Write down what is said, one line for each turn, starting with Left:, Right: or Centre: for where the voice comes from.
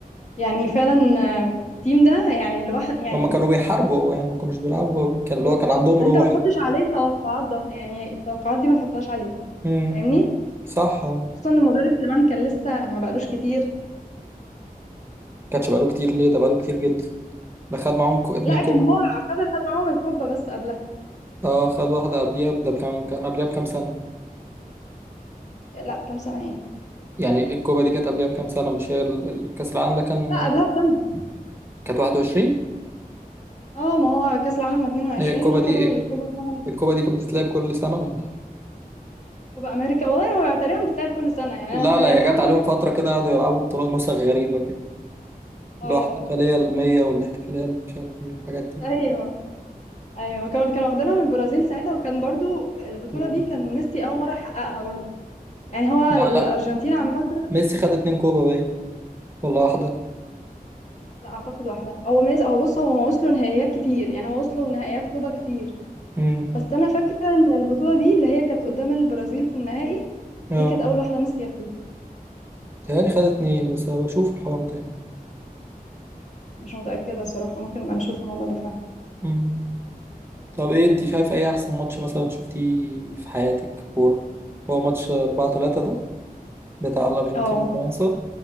Left: يعني فعلا آه، التيم ده يعني الواحد يعني
Right: هما كانوا بيحاربوا أوي يعني ما كانوش بيلعبوا أوي. كان
Left: بالظبط
Right: اللي هو كان عندهم
Left: انت
Right: روح
Left: ما تحطش
Right: يعني.
Left: عليه التوقعات ده يعني التوقعات دي ما تحطهاش عليه
Right: امم
Left: فاهمني
Right: صح آه.
Left: خصوصا ان المدرب كمان كان لسه ما بقالوش كتير
Right: كانش بقاله كتير ليه ده بقاله كتير جدا ده خد معاهم كو... اتنين
Left: لا
Right: كوبا
Left: كان هو خد خد معاهم الكوبا بس قبلها
Right: اه خد واحدة قبليها ده كان كان قبليها بكام سنة
Left: لا كام سنة ايه
Right: يعني الكوبا دي كانت قبليها بكام سنة مش هي ال- الكأس العالم ده كان
Left: لا قبلها بسنة
Right: كانت 21
Left: اه ما هو كأس العالم 22
Right: هي الكوبا دي
Left: خدوا الكوبا بتاع-
Right: الكوبا دي كانت بتتلعب كل سنة ولا إيه؟
Left: كوبا أمريكا والله هو تقريبا بتتلعب كل سنة يعني
Right: لا
Left: أنا فهي
Right: لا هي
Left: الفترة
Right: جت عليهم
Left: دي كانت
Right: فترة كده قعدوا يلعبوا بطولات نسخ غريبة كده
Left: اه
Right: اللي هو احتفالية المية والاحتفالية اللي مش عارف ايه والحاجات دي
Left: ايوه ايوه كانوا كانوا واخدينها من البرازيل ساعتها وكان برضو البطولة
Right: مم.
Left: دي كان ميسي أول مرة يحققها برضو يعني هو
Right: لا
Left: ال- الأرجنتين
Right: لا
Left: عامة
Right: ميسي خد اتنين كوبا باين ولا واحدة
Left: لا أعتقد واحدة هو ميز هو بص هو ما وصلوا نهائيات كتير يعني هو وصلوا نهائيات كوبا كتير
Right: مم.
Left: بس أنا فاكرة إن البطولة دي اللي هي كانت قدام البرازيل في النهائي
Right: اه
Left: دي كانت أول واحدة ميسي ياخدها
Right: تهيألي خد اتنين بس أنا بشوف الحوار ده يعني.
Left: مش متأكدة الصراحة ممكن نبقى نشوف الموضوع ده فعلا
Right: مم. طب ايه انت شايفة ايه أحسن ماتش مثلا شفتيه في حياتك كورة؟ هو ماتش أربعة تلاتة ده بتاع الأرجنتين
Left: اه
Right: وفرنسا